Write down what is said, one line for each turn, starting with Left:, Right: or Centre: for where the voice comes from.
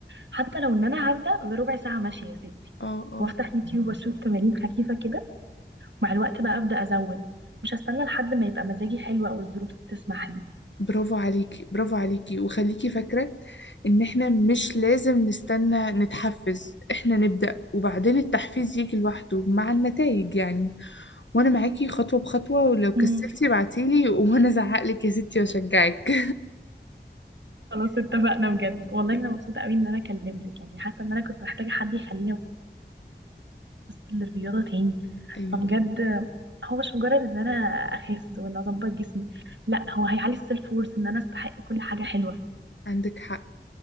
Right: حتى لو ان انا هبدا بربع ساعه ماشيه يا ستي
Left: اه اه
Right: وافتح يوتيوب واشوف تمارين خفيفه كده ومع الوقت بقى ابدا ازود مش هستنى لحد ما يبقى مزاجي حلو او الظروف تسمح لي
Left: برافو عليكي برافو عليكي وخليكي فاكرة إن إحنا مش لازم نستنى نتحفز إحنا نبدأ وبعدين التحفيز يجي لوحده مع النتائج يعني وأنا معاكي خطوة بخطوة ولو كسلتي
Right: مم،
Left: بعتيلي وأنا أزعقلك يا ستي وأشجعك
Right: خلاص اتفقنا بجد والله انا مبسوطه قوي ان انا كلمتك يعني حاسه ان انا كنت محتاجه حد يخليني ابص للرياضه تاني
Left: <laughs> أيوه
Right: فبجد هو مش مجرد ان انا اخس وان اظبط جسمي لا هو هيعلي السيلف وورث ان انا استحق كل حاجه حلوه
Left: عندك حق